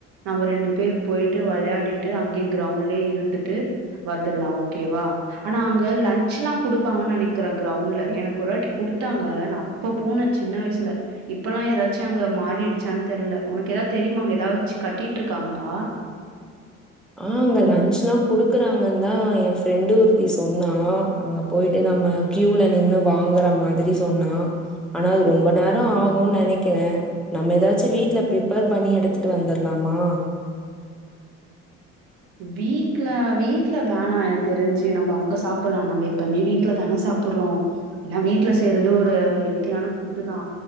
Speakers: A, on the right; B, in the centre.
A: நம்ப ரெண்டு பேர் போய்ட்டு வெளையாடிட்டு அங்கேயே கிரவுண்ட்லயே இருந்துட்டு வந்துரலா ஓகேவா ஆனா அங் க லன்ச்லா கொடுப்பாங்க நெனைக்கிறே கிரவுண்டுலே எனக்கு ஒருவாட்டி குடுத்தாங்க நா அப்ப போன சின்ன வயசு லே இப்பெல்லா ஏதாச்சு அங்க மாறிடுச்சான்னு தெரியல உனக்கு ஏதாது தெரியுமா அங்க ஏதாச்சு கட்டிட்டு இருக்காங்களா
B: ஆ அங்க லன்ச்ல்லா குடுக்குறாங்க தா எ ஃப்ரெண்டு ஒருத்தி சொன்னா அங்க போயிட்டுதா நம்ம கியூல நின்னு வாங்குற மாதிரி சொன்னா ஆனா அது ரொம்ப நேர ஆகுனு நெனைக்கிறே நம்ப ஏதாச்சு வீட்டுல பிரிப்பேர் பண்ணி எடுத்துட்டு வந்துரலா மா
A: வீட்ல வீட்ல வேணா எனக்கு தெரிஞ் சி நம்ப அங்க சாப்பிடலா நம்ம எப்பவுமே வீட்டுல தானே சாப்பிடுறோ ஆனா வீட்டுல செய்றது ஒரு ஹெல்த்தியான நல்ல ஃபுட்டு தா